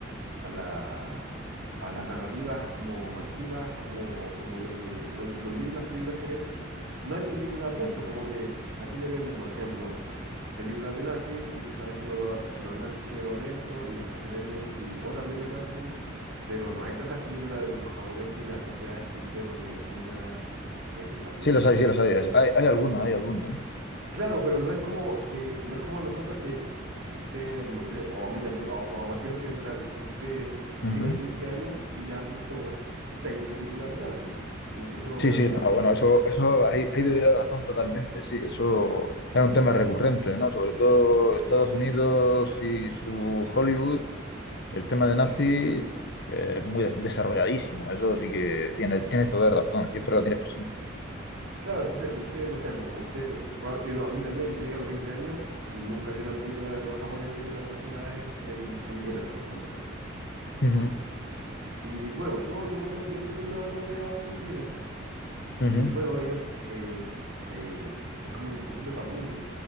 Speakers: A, on the right (about 65°); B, on the left (about 60°).
A: a la, a las narrativas como masivas, como, como lo que, lo- los libros, las películas que ves, no hay películas de eso, como que a ti te venden, por ejemplo, películas de nazis y tú sabes que lo- los nazis hicieron esto y después te venden y otra película de nazis, pero no hay tantas películas de los japoneses y las atrocidades que hicieron en China, en Singapur,
B: Sí los hay, sí los hay, es- hay, hay alguna, hay alguna,
A: Claro, pero no es como que, no es como nosotros que usted, no sé, o a mí también, o, o a cualquier occidental, usted
B: ¿eh? Ujú.
A: tiene 15 años y ya has visto seis películas de nazi. Nosotros
B: Sí, sí,
A: llegamos,
B: no, bueno, eso, eso ahí, ahí te doy la razón totalmente, sí, eso es un tema recurrente, ¿no? Sobre todo Estados Unidos y su Hollywood El tema de nazis eh, es muy de- desarrolladísimo, eso sí que tienes, tienes toda la razón, siempre lo tienes presente.
A: claro, entonces usted, no sé, po, usted, proba- y lo- a mí también, yo llegué a los 20 años y nunca vi una película de los japoneses y las atrocidades en Filipinas, por ejemplo.
B: Ujú,
A: Y bueno, yo en un momento, yo tuve una novia filipina
B: ujú,
A: y bueno, ellos, eh, eh, es como un poquito tabú